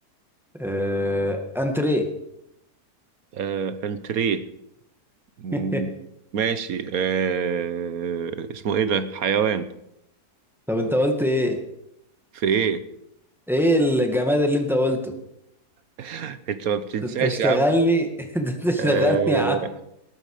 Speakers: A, in the centre; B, on the right (about 65°).
A: آه، أنتريه
B: آه أنتريه مم.
A: <laughs>
B: ماشي آه اسمه إيه ده حيوان
A: طب أنت قلت إيه؟
B: في إيه
A: ايه الجماد اللي انت قلته
B: <laughs> أنت ما بتنساش
A: انت تشتغلني
B: يا عم
A: <laughs> انت تشتغلني
B: آه
A: يا عم